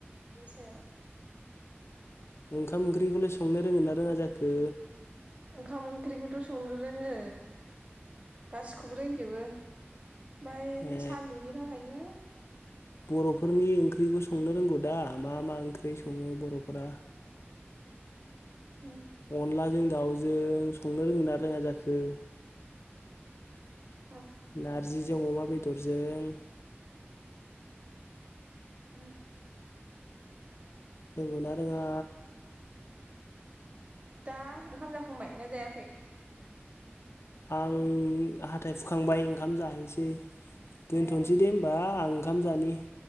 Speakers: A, on the right; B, on the left.
A: <unintelligible>
B: ओंखाम ओंख्रिखौलाय संनो रोङो ना रोङा जाखो?
A: ओंखाम ओंख्रिखौथ' संनो रोङो गासिखौबो रोंजोबो। आमफाइ
B: ए
A: सान्दुंनि थाखायनो
B: बर'फोरनि ओंख्रिखौ संनो रोंगौ दा? मा मा ओंख्रि सङो बर'फोरा?
A: ओम।
B: अनलाजों दाउजों संनो रोङो ना रोङा जाखो?
A: ओ।
B: नारजिजों अमा बेदरजों?
A: ओम।
B: रोंगौना रोङा?
A: दा ओंखाम जाखांबाय ना जायाखै?
B: आं हाथाइ हुखांबाय ओंखाम जाहैनोसै। दोनथनोसै
A: ए
B: दे होनबा आं ओंखाम जानि।